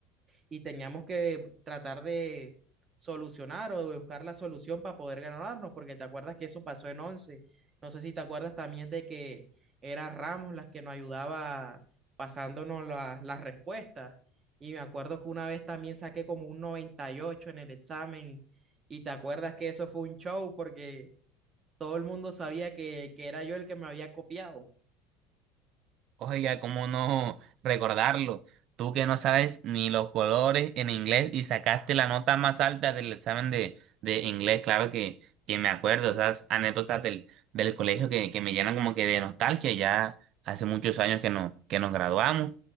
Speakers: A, on the right; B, on the right.
A: y teníamos que tratar de solucionar o de buscar la solución para poder ganarnos, porque te acuerdas que eso pasó en once No sé si te acuerdas también de que era Ramos las que nos ayudaba pasándonos la- las respuestas. Y me acuerdo que una vez también saqué como un 98 en el examen. Y te acuerdas que eso fue un show porque todo el mundo sabía que, que era yo el que me había copiado.
B: Oiga, ¿cómo no recordarlo? Tú que no sabes ni los colores en inglés y sacaste la nota más alta del examen de, de inglés, claro que, que me acuerdo, esas anécdotas del, del colegio que, que me llenan como que de nostalgia, ya hace muchos años que, no, que nos graduamos